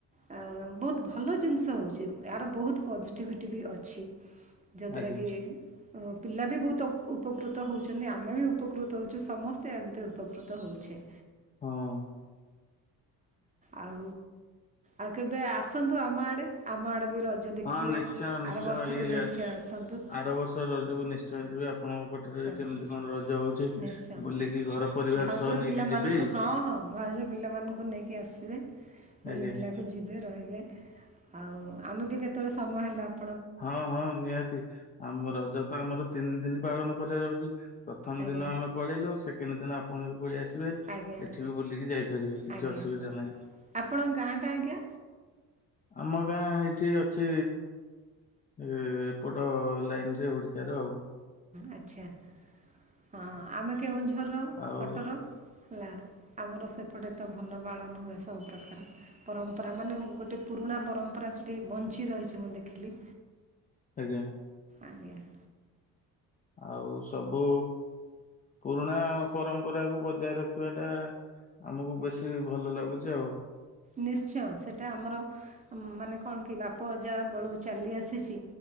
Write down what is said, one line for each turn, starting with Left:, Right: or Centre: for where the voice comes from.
Right: ଏ ବହୁତ ଭଲ ଜିନିଷ ହେଉଛି ଏହାର ବହୁତ ପଜେଟିଭିଟି ବି ଅଛି ଯାଦ୍ଵାରା
Left: ଆଜ୍ଞା
Right: କି ପିଲାବି ବହୁତ ଉପକୃତ ତ ହେଉଛନ୍ତି ଆମେ ବି ଉପକୃତ ହେଉଛୁ ସମସ୍ତେ ଏହା ଭିତରେ ଉପକୃତ ହୋଉଛେ।
Left: ହଁ।
Right: ଆଉ ଆଉ କେବେ ଆସନ୍ତୁ ଆମ ଆଡେ ଆମ ଆଡେ ବି ରଜ ଦେଖିବେ
Left: ହଁ ନିଶ୍ଚୟ ନିଶ୍ଚୟ
Right: ଆର ବର୍ଷକୁ
Left: ଏଇ
Right: ନିଶ୍ଚୟ ଆସନ୍ତୁ
Left: ଆର ବର୍ଷ ରଜକୁ ନିଶ୍ଚୟ ଯିବି ଆପଣଙ୍କ ପଟରେ
Right: ନିଶ୍ଚୟ
Left: କେମିତି କଣ ରଜ ହଉଛି? ବୁଲିକି ଘର ପରିବାର
Right: ଭାଉଜ
Left: ସହ ନେଇକି
Right: ପିଲାମାନଙ୍କୁ
Left: ଯିବି
Right: ହଁ ହଁ ଭାଉଜ ପିଲାମାନଙ୍କୁ ନେଇକି ଆସିବେ ବୁଲି
Left: ଆଜ୍ଞା
Right: ବୁଲାକୁ ଯିବେ ରହିବେ। ଆଉ ଆ ମୁଁ ବି କେତେବେଳେ ସମୟ ହେଲେ ଆପ୍
Left: ହଁ ହଁ ନିହାତି ଆମ ରଜ ତ ଆମର ତିନି ଦିନ ପାଳନ କରା ଯାଉଚି। ପ୍ରଥମ
Right: ଆଜ୍ଞା
Left: ଦିନ ଆମେ ପଳେଇଲୁ ସେକେଣ୍ଡ ଦିନ ଆପ୍ ପଣ ବି ପାଳେଇ ଆସି ବେ
Right: ଆଜ୍ଞା
Left: ଏଠି ବି ବୁଲିକି ଯାଇପାରିବେ କିଛି
Right: ଆଜ୍ଞା
Left: ଅସୁବିଧା ନାହିଁ।
Right: ଆପଣଙ୍କ ଗାଁଟା ଆଜ୍ଞା
Left: ଆମ ଗାଁ ଏଇଠି ଅଛି ଏ ଏପଟ ଲାଇନ ରେ ଓଡିଶାର ଆଉ।
Right: ଆଛା ହଁ ଆମେ କେଉଁଝରର
Left: ଆଉ
Right: ପଟର ହେଲା। ଆମର ସେପଟେ ତ ଭଲ ପାଳନ ହୁଏ ସବୁ ପ୍ରକାର ପରମ୍ପରା ମାନେ ଗୋଟେ ପୁରୁଣା ପରମ୍ପରା ସେଠି ବଞ୍ଚି ରହିଚି ମୁଁ ଦେଖିଲି।
Left: ଆଜ୍ଞା।
Right: ଆଜ୍ଞା।
Left: ଆଉ ସବୁ ପୁରୁଣା ପରମ୍ପରାକୁୁ ବଜାୟ ରଖିବା ଟା ଆମକୁ ବେଶୀ ଭଲ ଲାଗୁଚି ଆଉ।
Right: ନିଶ୍ଚୟ ସେଟା ଆମର ମାନେ କଣ କି ବାପ ଅଯା ବେଳୁ ଚାଲି ଆସିଚି